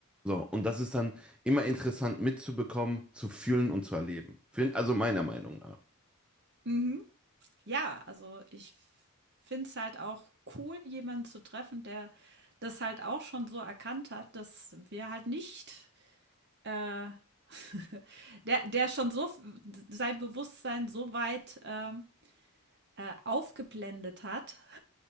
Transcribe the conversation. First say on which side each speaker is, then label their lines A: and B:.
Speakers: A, in the centre; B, on the right.
A: So, und das ist dann immer interessant mitzubekommen, zu fühlen und zu erleben. Find- Also meiner Meinung nach.
B: mhm. Ja, also ich finde es halt auch cool, jemanden zu treffen, der das halt auch schon so erkannt hat, dass wir halt nicht, äh, <laughs> der, der schon so f- sein Bewusstsein so weit ähm, äh, aufgeblendet hat,